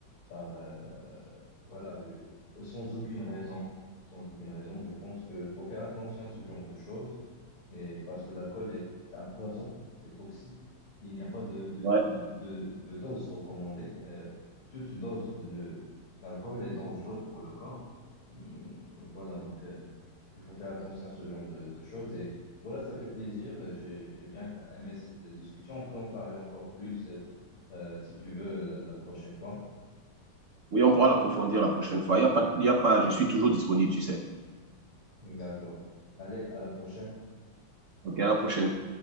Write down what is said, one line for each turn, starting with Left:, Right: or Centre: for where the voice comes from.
Left: par euh, voilà, euh, sans aucune raison, sans aucune raison. Je pense qu'il faut faire attention à ce genre de choses mais parce que l'alcool est, c'est un poison, c'est toxique. Il n'y a pas de, de,
Right: ouais.
Left: de, de, de- de dose recommandée. Euh, toute dose de, d'alcool est dangereuse pour le corps. Hum, voilà, donc euh, il faut faire attention à ce genre de, de choses. Et voilà, ça fait plaisir. Euh, J'ai, j'ai bien aimé cette discussion. On peut en parler encore plus euh, euh, si tu veux la la prochaine fois.
Right: Oui, on pourra l'approfondir la prochaine fois. Il y a pas, il y a pas, je suis toujours disponible, tu sais.
Left: D'accord. Allez, à la prochaine.
Right: OK, à la prochaine.